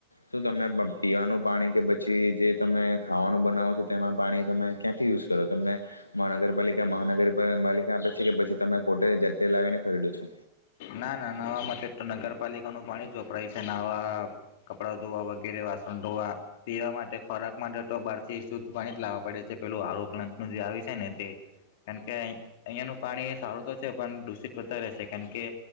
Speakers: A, on the left (about 80°); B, on the left (about 50°).
A: શું તમને પીવાનું પાણી કે પછી જે તમે ખાવાનું બનાવો છો તેમાં પાણી તમે ક્યાંથી યુઝ કરો તમને મહા નગરપાલિકા મહાનગર પાલિકા આપે છે કે પછી તમે પોતે જતે લાવીને ખરીદો છો
B: ના ના નવા માટેટ તો નગર પાલિકાનું પાણી વપરાય છે નાહવા કપડા ધોવા વગેરે વાસણ ધોવા પીવા માટે ખોરાક મદદ તોબહારથી શુદ્ધ પાણી જ લાવવા પડે છે પેલું હારુ પ્લાન્ટ ન જે આવી છે ને તે કારણ કે અહિયાંનું પાણી સારું તો છે પણ દૂષિત વધારે છે કારણ કે